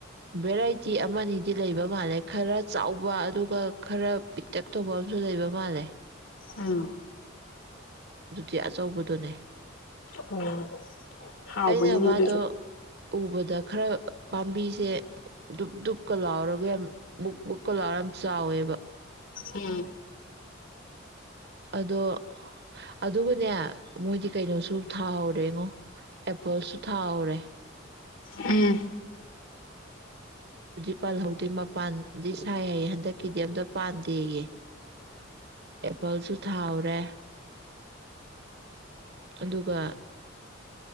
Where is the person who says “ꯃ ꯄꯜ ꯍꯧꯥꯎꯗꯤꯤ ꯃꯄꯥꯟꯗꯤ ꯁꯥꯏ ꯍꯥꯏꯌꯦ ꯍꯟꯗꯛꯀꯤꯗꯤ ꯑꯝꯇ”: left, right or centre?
Right